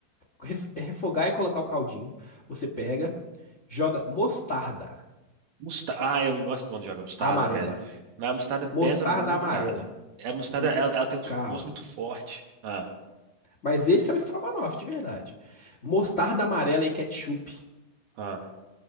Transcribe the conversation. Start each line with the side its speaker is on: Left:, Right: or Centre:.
Left: Res- é Refogar e colocar o caldinho, você pega, joga mostarda
Right: Musta ah, eu não gosto quando joga mostarda,
Left: amarela.
Right: velho. Mas a mostarda
Left: Mostarda
Right: pesa muito,
Left: amarela.
Right: cara. É, A mostarda,
Left: Hum,
Right: ela, ela tem um
Left: Calma.
Right: gosto muito forte. Ah.
Left: Mas esse é o estrogonofe de verdade. Mostarda amarela e ketchup.
Right: ah.